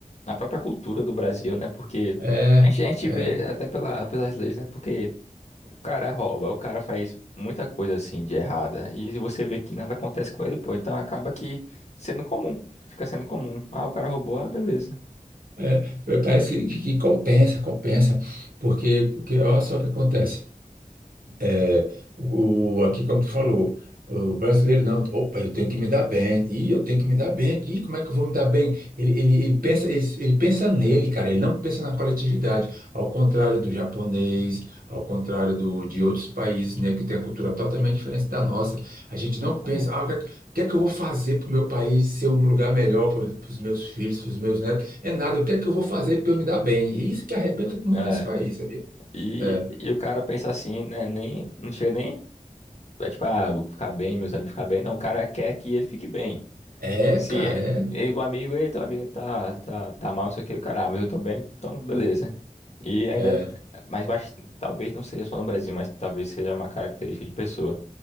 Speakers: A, on the left (about 50°); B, on the right (about 85°).
A: na própria cultura do Brasil, né? Porque
B: É,
A: a gente, a gente
B: é,
A: vê até pela, pelas leis, né? Porque cara rouba, o cara faz muita coisa assim de errada e você vê que nada acontece com ele, pô. Então acaba que sendo comum, fica sendo comum. Ah, o cara roubou, ah, beleza.
B: é. Parece que, que compensa, compensa, porque, porque olha só o que acontece. É, o, o- aqui, como tu falou, o brasileiro não, opa, eu tenho que me dar bem, e eu tenho que me dar bem aqui, como é que eu vou me dar bem? Ele, ele, ele pensa, ele, ele pensa nele, cara, ele não pensa na coletividade, ao contrário do japonês, ao contrário do, de outros países, né, que tem a cultura totalmente diferente da nossa. A gente
A: Exatamente.
B: não pensa, ah, o que, é que o que é que eu vou fazer para o meu país ser um lugar melhor para os meus filhos, para os meus netos? É nada, o que é que eu vou fazer para eu me dar bem? E isso que arrebenta com
A: É,
B: com esse país, sabia?
A: e,
B: É,
A: e o cara pensa assim, né? Nem, não chega nem, é tipo, ah, vou ficar bem, meus amigos ficar bem. Não, o cara quer que ele fique bem.
B: é
A: E se
B: cara,
A: é,
B: é.
A: ele, o amigo, ei, teu amigo ele tá, tá, tá mal, não sei o que, o cara, ah, mas eu tô bem, então beleza. E ainda,
B: É.
A: mais eu talvez não seja só no Brasil, mas talvez seja uma característica de pessoa.